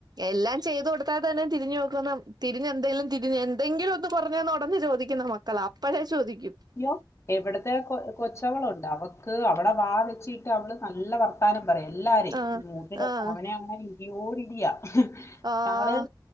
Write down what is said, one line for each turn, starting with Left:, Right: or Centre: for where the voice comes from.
Right: എല്ലാം ചെയ്തു കൊടുത്താ തന്നെ തിരിഞ്ഞു നോക്കുന്ന തിരിഞ്ഞ എന്തങ്കലും തിരി എന്തെങ്കിലും ഒന്ന് പറഞ്ഞന്ന് ഉടന്ന് ചോദിക്കുന്ന മക്ക് ക്കളാ അപ്പഴേ ചോദിക്കും
Left: അയ്യോ എവിടുത്തെ കൊ കൊച്ചവളുണ്ട് അവക്ക് അവിടെ വാ വെച്ചിട്ട് അവള് നല്ല വർത്ത ത്താനം പറയും എല്ലാരേ
Right: ആഹ്
Left: മൂത്ത ചേപ്പ
Right: ആഹ്
Left: അവന ആണെ ഇടിയോടി ഇടിയ
Right: ആഹ്
Left: ഞങ്ങള്